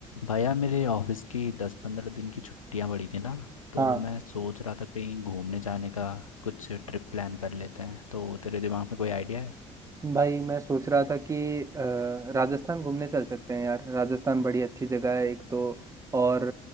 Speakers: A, on the left (about 85°); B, on the right (about 20°).
A: भैया मेरे ऑफिस की दस पंद्रह दिन की छुट्टियां पड़ी थी ना तो
B: हाँ
A: मैं सोच रहा था कहीं घूमने जाने का कुछ ट्रिप प्लान कर लेते हैं तो तेरे दिमाग में कोई आइडिया है
B: भाई मैं सोच रहा था कि अ, राजस्थान घूमने चल सकते हैं यार राजस्थान बड़ी अच्छी जगह है एक तो और